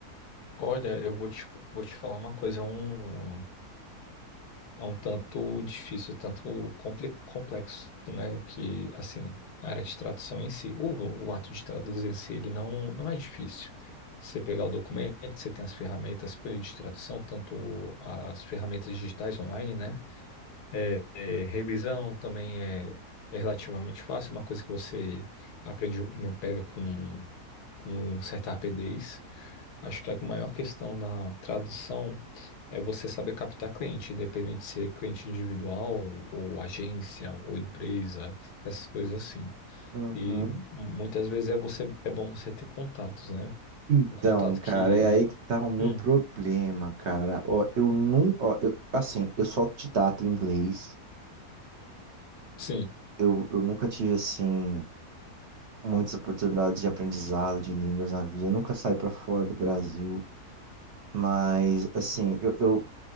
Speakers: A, on the left; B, on the right.
A: Olha, eu vou te, vou te falar uma coisa, é um, é um tanto difícil, tanto compli- complexo, né? Que, assim, a área de tradução em si, o, o ato de traduzir em si, ele não, não é difícil. Você pegar o documento, você tem as ferramentas de tradução, tanto as ferramentas digitais online, né? É, é, revisão também é, é relativamente fácil, uma coisa que você aprende, né, pega com com certa rapidez. Acho que a maior questão na tradução é você saber captar cliente, independente de ser cliente individual, ou agência, ou empresa, essas coisas assim.
B: Uhum.
A: E muitas vezes é você é bom você ter contatos, né?
B: Então,
A: Um contato
B: cara,
A: que.
B: é aí que tá o meu
A: Hum,
B: problema, cara. Ó, eu não, ó, eu, assim, eu sou autodidata em inglês.
A: sim,
B: eu, eu nunca tive, assim, muitas oportunidades de aprendizado de línguas na vida. Eu nunca saí para fora do Brasil. Mas, assim, eu, eu